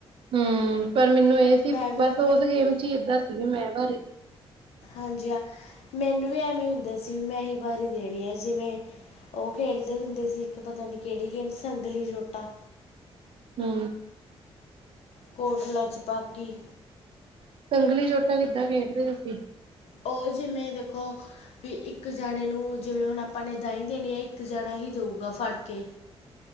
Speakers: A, on the right; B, on the left.
A: ਹੂੰ ਪਰ ਮੈਨੂੰ ਏਹ ਸੀ
B: ਵੀ
A: ਬਸ ਓਸ ਗੇਮ ਚ ਏਦਾਂ ਸੀ ਵੀ ਮੈਂ ਵਾਰੀ
B: ਹਾਂਜੀ ਹਾਂ ਮੈਨੂੰ ਵੀ ਐਵੀਂ ਹੁੰਦਾ ਸੀ ਵੀ ਮੈਂ ਈ ਵਾਰੀ ਦੇਨੀ ਆ ਜਿਵੇਂ ਓਹ ਖੇਲਦੇ ਹੁੰਦੇ ਸੀ ਇੱਕ ਪਤਾ ਨੀ ਕੇੜੀ ਗੇਮ ਸੰਗਲੀ ਜੋਟਾ।
A: ਹੂੰ।
B: ਕੋਟਲਾ ਛਪਾਕੀ
A: ਸੰਗਲੀ ਜੋਟਾ ਕਿੱਦਾਂ ਖੇਡਦੇ ਹੁੰਦੇ ਸੀ।
B: ਓਹ ਜਿਵੇਂ ਦੇਖੋ ਵੀ ਇੱਕ ਜਾਨੇ ਨੂੰ ਜਿਵੇਂ ਹੁਨ ਆਪਾਂ ਨੇ ਦਾਈਂ ਦੇਨੀ ਐ ਇੱਕ ਜਨਾ ਈ ਦੇਊਗਾ ਫੜ ਕੇ।